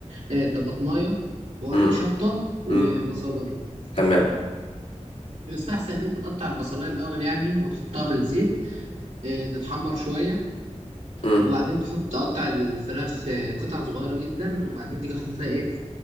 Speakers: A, on the right; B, on the left.
A: آه، طماطمايه وقرن
B: امم
A: شطه وبصلايه
B: امم تمام
A: يستحسن ان انت تقطع البصلايه الاول يعني وتحطها في الزيت آه، تتحمر شويه
B: امم
A: وبعدين تحط تقطع الفراخ في قطع صغيرة جدا وبعدين تيجي حاططها ايه